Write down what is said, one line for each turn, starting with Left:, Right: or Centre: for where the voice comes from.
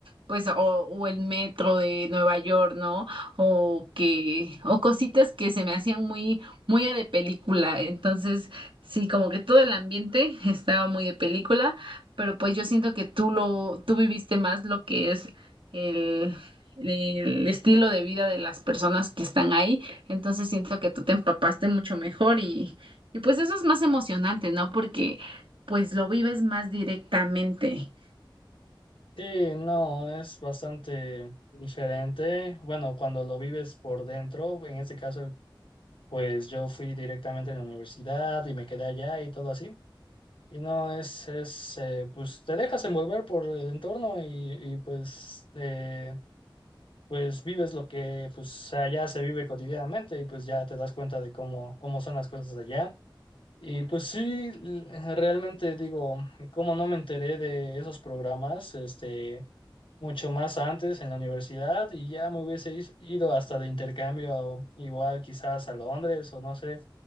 Right: pues, o, o el metro de Nueva York, ¿no? O que, o cositas que se me hacían muy, muy de película. Entonces, sí, como que todo el ambiente <laughs> estaba muy de película, pero pues yo siento que tú lo, tú viviste más lo que es el el estilo de vida de las personas que están ahí, entonces siento que tú te empapaste mucho mejor y, y pues eso es más emocionante, ¿no? Porque pues lo vives más directamente.
Left: Sí, no, es bastante diferente. Bueno, cuando lo vives por dentro, en este caso, pues yo fui directamente a la universidad y me quedé allá y todo así. Y no, es, es, eh, pues te dejas envolver por el entorno y, y, pues, eh, pues vives lo que pues allá se vive cotidianamente y pues ya te das cuenta de cómo, cómo son las cosas allá. Y pues sí, l- realmente digo, cómo no me enteré de esos programas, este mucho más antes en la universidad y ya me hubiese is- ido hasta de intercambio, igual quizás a Londres o no sé,